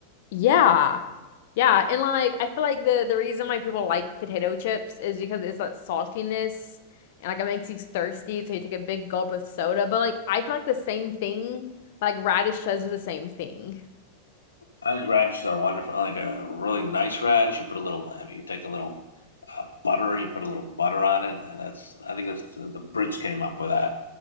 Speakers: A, on the left (about 50°); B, on the left (about 75°).
A: yeah yeah and like i feel like the the reason why people like potato chips is because it's like saltiness and like it makes you thirsty so you take a big gulp of soda but like i feel like the same thing like radish does the same thing
B: I think radishes are wonderful. I like a really nice radish, you put a little. I mean, you take a little uh, butter, you put a little butter on it. And that's I think that's the, the Brits came up with that,